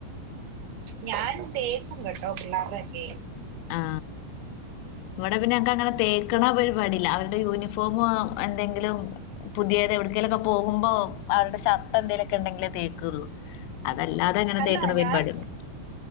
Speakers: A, on the right; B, on the left.
A: ഞാനും തേക്കും കട്ടോ പിള്ളാരതൊക്കെ.
B: ആ ഇവിടെ പിന്നെ ഞങ്ങക്ക് അങ്ങനെ തേക്ണ പരിപാടില്ല അവരുടെ യൂണിഫോം എന്തെങ്കിലും. പുതിയത് എവിടക്കേലൊക്കെ പോകുമ്പോ അവരുടെ ശർട്ട് എന്തേലൊക്കെ ഉണ്ടെങ്കിലേ തേക്കുള്ളൂ. അതല്ലാതെ ഇങ്ങനെ
A: അല്ല
B: തേക്ക്ണ പരിപാട്യന്നുല്ല.
A: ഞാൻ